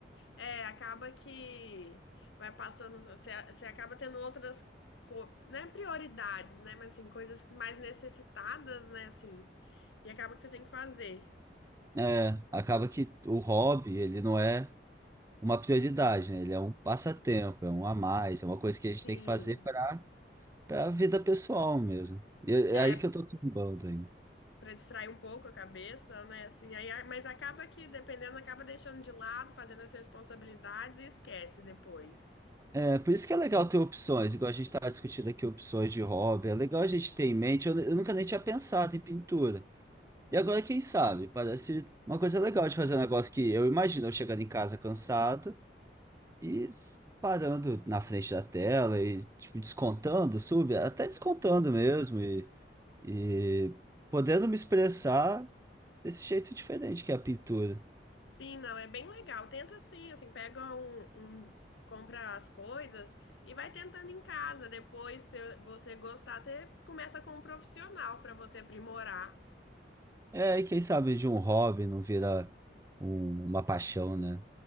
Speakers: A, on the left; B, on the right.
A: É, acaba que vai passando, você, você acaba tendo outras, co- né, prioridades, né, mas assim, coisas mais necessitadas, né, assim, e acaba que você tem que fazer.
B: É, acaba que o hobby, ele não é uma prioridade, né? Ele é um passatempo, é um a mais, é uma coisa que a gente
A: Sim,
B: tem que fazer para a vida pessoal mesmo. E é
A: é,
B: é aí que eu tô tombando ainda.
A: para distrair um pouco a cabeça, né, assim, aí, a- mas acaba que, dependendo, acaba deixando de lado, fazendo as responsabilidades e esquece depois.
B: É, por isso que é legal ter opções, igual a gente estava discutindo aqui opções de hobby. É legal a gente ter em mente. Eu, eu nunca nem tinha pensado em pintura. E agora, quem sabe? Parece uma coisa legal de fazer um negócio que eu imagino eu chegando em casa cansado e parando na frente da tela e tipo, descontando, sub, até descontando mesmo e, e podendo me expressar desse jeito diferente que é a pintura.
A: Sim, não, é bem legal. Tenta assim, assim, pega um, um- compra as coisas e vai tentando em casa. Depois, se você gostar, você começa com um profissional para você aprimorar.
B: É, e quem sabe de um hobby não vira um- uma paixão, né?